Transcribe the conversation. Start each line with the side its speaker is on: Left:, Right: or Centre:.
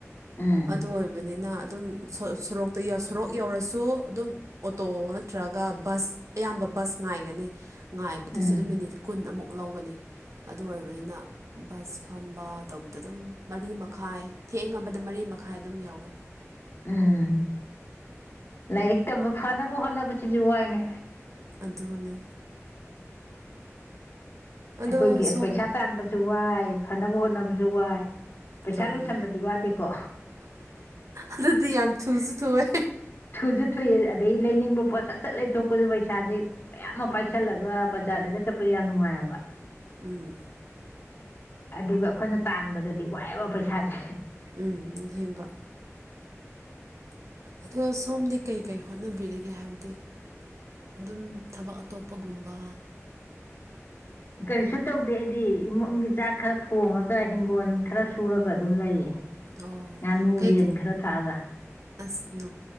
Left: ꯎꯝ
Right: ꯑꯗꯨ ꯑꯣꯏꯕꯅꯤꯅ ꯑꯗꯨꯝ ꯁꯣ ꯁꯨꯔꯣꯛꯇ ꯌꯧ ꯁꯣꯔꯣꯛ ꯌꯧꯔꯁꯨ ꯑꯗꯨꯝ ꯑꯣꯇꯣ ꯅꯠꯇ꯭ꯔꯒ ꯕꯁ ꯑꯌꯥꯝꯕ ꯕꯁ ꯉꯥꯏꯒꯅꯤ ꯉꯥꯏꯕꯗꯨꯁꯨ
Left: ꯎꯝ
Right: ꯑꯗꯨꯝ ꯃꯤꯅꯤꯠ ꯀꯨꯟ ꯑꯃꯨꯛ ꯂꯧꯒꯅꯤ ꯑꯗꯨ ꯑꯣꯏꯕꯅꯤꯅ ꯕꯁ ꯐꯝꯕ ꯇꯧꯕ ꯇꯗꯨꯝ ꯃꯔꯤ ꯃꯈꯥꯏ ꯊꯦꯡꯉꯕꯗ ꯃꯔꯤ ꯃꯈꯥꯏ ꯑꯗꯨꯝ ꯌꯧꯋꯦ
Left: ꯎꯝ ꯂꯥꯏꯔꯤꯛ ꯇꯝꯕ ꯐꯅꯕ ꯍꯣꯠꯅꯕꯁꯤꯁꯨ ꯋꯥꯏꯅꯦ
Right: ꯑꯗꯨꯅꯦ ꯑꯗꯣ
Left: ꯑꯩꯈꯣꯏꯒꯤ
Right: ꯁꯣꯝ
Left: ꯄꯩꯁꯥ ꯇꯥꯟꯕꯁꯨ ꯋꯥꯏ ꯐꯅꯕ ꯍꯣꯠꯅꯕꯖꯨ ꯋꯥꯏ ꯄꯩꯁꯥ
Right: ꯆꯨꯝꯃꯦ
Left: ꯂꯣꯏꯁꯟꯕꯗꯤ ꯋꯥꯗꯦꯀꯣ
Right: ꯑꯗꯨꯗꯤ ꯌꯥꯝ ꯊꯨꯁꯨ ꯊꯨꯑꯦ
Left: ꯊꯨꯁꯨ ꯊꯨꯏ ꯑ ꯑꯗꯩ ꯂꯩꯅꯤꯡꯕ ꯄꯣꯠ ꯁꯠ ꯁꯠ ꯂꯩꯊꯣꯛꯄꯁꯨ ꯄꯩꯁꯥꯥꯁꯦ ꯃꯌꯥꯝ ꯑꯃ ꯄꯥꯏꯁꯜꯂꯒ ꯕꯖꯥꯔꯗꯒ ꯆꯠꯄ ꯌꯥꯝ ꯅꯨꯡꯉꯥꯏꯑꯦꯕ
Right: ꯎꯝ
Left: ꯑꯗꯨꯒ ꯑꯈꯣꯏꯅ ꯇꯥꯟꯕꯗꯗꯤ ꯋꯥꯏꯑꯦꯕ ꯄꯩꯁꯥꯁꯦ
Right: ꯎꯝ ꯑꯁꯦꯡꯕ ꯑꯗꯣ ꯁꯣꯝꯗꯤ ꯀꯩ ꯀꯩ ꯍꯣꯠꯅꯕꯤꯔꯤꯒꯦ ꯍꯥꯏꯕꯗꯤ ꯑꯗꯨꯝ ꯊꯕꯛ ꯑꯇꯣꯞꯄ ꯒꯨꯝꯕ
Left: ꯀꯔꯤꯁꯨ ꯇꯧꯗꯦ ꯑꯩꯗꯤ ꯏꯃꯨꯡꯒꯤ ꯆꯥꯛ ꯈꯔ ꯊꯣꯡꯉꯒ ꯍꯤꯡꯒꯣꯜ ꯈꯔ ꯁꯨꯔꯒ ꯑꯗꯨꯝ ꯂꯩꯌꯦ
Right: ꯑꯣ
Left: ꯉꯥꯅꯨ
Right: ꯀꯩ
Left: ꯌꯦꯟ ꯈꯔ ꯊꯥꯛꯑꯒ
Right: ꯑꯁ ꯅꯣ